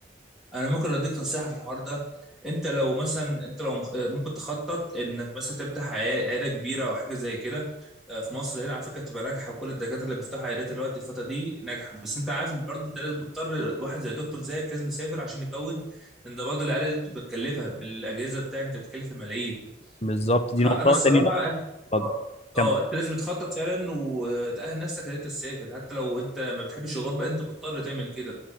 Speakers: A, in the centre; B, on the left.
A: انا ممكن اديك نصيحه في الحوار ده انت لو مثلا انت لو مخ- ممكن تخطط انك مثلا تفتح عيا- عياده كبيره او حاجه زي كده آه، في مصر هنا على فكره بتبقى ناجحه وكل الدكاتره اللي بيفتحوا عيادات دلوقتي الفتره دي ناجحه بس انت عارف برضه انت لازم تضطر واحد زي دكتور زيك لازم يسافر عشان يكون لان ده برضه العياده دي بتبقى متكلفه بالاجهزه بتاعك انت بتتكلف في ملايين
B: بالظبط دي
A: فانا
B: نقطة
A: الصراحه
B: تاني
A: اه
B: اتفضل كم
A: آه، انت لازم تخطط فعلا وتأهل نفسك ان انت تسافر حتى لو انت ما بتحبش الغربه انت بتضطر تعمل كده